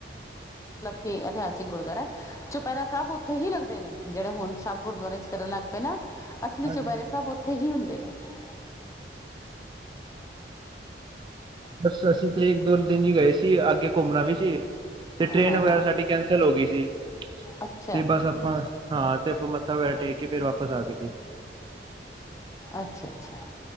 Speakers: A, on the left; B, on the right.
A: ਕੀ ਇਤਿਹਾਸਿਕ ਗੁਰਦੁਆਰਾ <inaudible> ਚੁਪਹਿਰਾ ਸਾਹਿਬ ਉੱਥੇ ਹੀ ਲੱਗਦੇ ਨੇ। ਜਿਹੜੇ ਹੁ ਸਭ ਗੁਰਦੁਆਰੇ 'ਚ ਕਰਨ ਲੱਗ ਪਏ ਨਾ। ਅਸਲੀ
B: ਹਾਂਜੀ
A: ਚੁਪਹਿਰੇ
B: ਹਾਂਜੀ
A: ਸਾਹਿਬ ਉੱਥੇ ਹੀ ਹੁੰਦੇ ਨੇ। <inaudible>
B: ਬਸ ਅਸੀਂ ਤੇ ਇੱਕ ਦੋ ਦਿਨ ਹੀ ਗਏ ਸੀ ਅੱਗੇ ਘੁੰਮਣਾ ਵੀ ਸੀ। ਤੇ ਟ੍ਰੇਨ
A: ਹਾਂ
B: ਵਗੈਰਾ
A: ਹਾਂ
B: ਸਾਡੀ ਕੈਂਸਲ ਹੋ ਗਈ ਸੀ
A: ਅੱਛਾ।
B: ਤੇ ਬਸ ਆਪਾਂ ਹਾਂ ਤੇ ਆਪਾਂ ਮੱਥਾ ਵਗੈਰਾ ਟੇਕ ਕਿ ਫੇਰ ਵਾਪਸ ਆ ਗਏ ਸੀ।
A: ਅੱਛਾ -ਅੱਛਾ